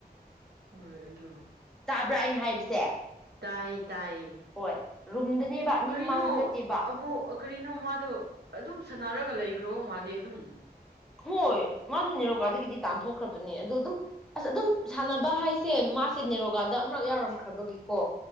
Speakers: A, on the right; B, in the centre.
A: ꯍꯣꯏ ꯗꯣ
B: ꯕ꯭ꯔꯥ ꯑꯩꯅ ꯍꯥꯏꯕꯁꯦ
A: ꯇꯥꯏ ꯇꯥꯏꯌꯦ
B: ꯍꯣꯏ ꯔꯨꯝꯗꯅꯦꯕ ꯃꯤ
A: ꯀꯔꯤꯅꯣ
B: ꯃꯃꯥꯡꯗ ꯅꯠꯇꯦꯕ
A: ꯑꯃꯨꯛ ꯀꯔꯤꯅꯣ ꯃꯥꯗꯣ ꯑꯗꯨꯝ ꯁꯥꯟꯅꯔꯒ ꯂꯩ <inaudible> ꯃꯥꯜꯂꯦ ꯑꯗꯨꯝ
B: ꯍꯣꯏ ꯃꯥꯗꯣ ꯅꯦꯔꯣꯀꯥꯗꯒꯤꯗꯤ ꯇꯥꯟꯊꯣꯛꯈ꯭ꯔꯕꯅꯦ ꯑꯗꯨ ꯑꯗꯨꯝ ꯑꯁ ꯑꯗꯨꯝ ꯁꯥꯟꯅꯕ ꯍꯥꯏꯁꯦ ꯃꯥꯁꯦ ꯅꯦꯔꯣꯀꯥꯗ ꯑꯃꯔꯛ ꯌꯥꯎꯔꯝꯈ꯭ꯔꯕꯒꯤꯀꯣ